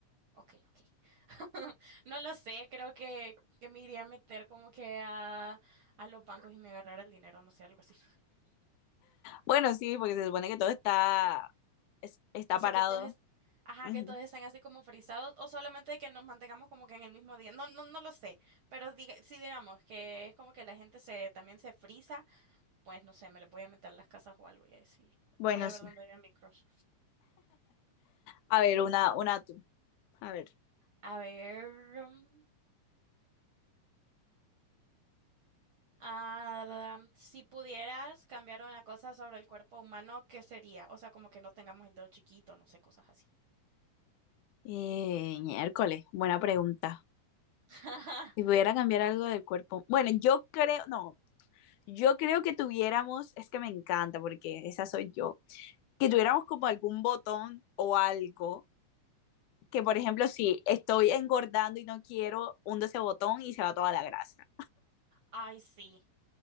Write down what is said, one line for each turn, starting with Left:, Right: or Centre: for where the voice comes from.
Right: Ok, ok. <laughs> No lo sé, creo que, que me iría a meter como que a, a los bancos y me agarrar el dinero, no sé, algo así.
Left: Bueno, sí, porque se supone que todo está, es- está
Right: O sea,
Left: parado.
Right: que todos, es, ajá,
Left: Ujú.
Right: que todos estén así como frisados o solamente que nos mantengamos como que en el mismo día. No, no, no lo sé, pero diga, sí digamos que es como que la gente se también se frisa, pues no sé, me les voy a meter a las casas o algo y así.
Left: Bueno,
Right: Voy a
Left: sí.
Right: ver dónde vive mi crush.
Left: A ver, una, una tú. A ver.
Right: A ver. mm, Ah, si pudieras cambiar una cosa sobre el cuerpo humano, ¿qué sería? O sea, como que no tengamos el dedo chiquito, no sé, cosas así.
Left: Eh, miércoles, buena pregunta.
Right: <laughs>
Left: Si pudiera cambiar algo del cuerpo. Bueno, yo creo, no, yo creo que tuviéramos, es que me encanta porque esa soy yo, que tuviéramos como algún botón o algo que, por
Right: Bu-
Left: ejemplo, si estoy engordando y no quiero, hundo ese botón y se va toda la grasa.
Right: Ay, sí,